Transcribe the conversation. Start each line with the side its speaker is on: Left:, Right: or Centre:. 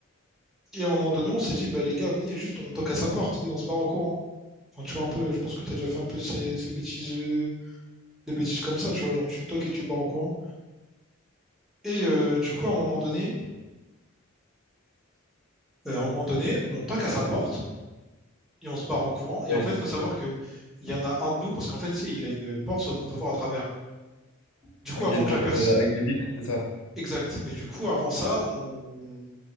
Centre: Et à un moment donné, on s'est dit, bah les gars, venez, juste, on toque à sa porte et on se barre en courant. Enfin, tu vois, un peu, je pense que t'as déjà fait un peu ces, ces bêtises, euh, des bêtises comme ça, tu vois, genre tu toques et tu te barres en courant. Et euh, du coup, à un moment donné, euh, à un moment donné, on toque à sa porte et on se barre en courant. Et
Left: Ouais,
Centre: en fait, il
Left: je-
Centre: faut savoir qu'il y en a un de nous, parce qu'en fait, tu sais, il a une porte, sauf qu'on peut voir à travers. Du coup,
Left: Ok,
Centre: avant
Left: une
Centre: que
Left: porte
Centre: la perce
Left: euh, avec des vitres, c'est ça.
Centre: Exact. Et du coup, avant ça, on.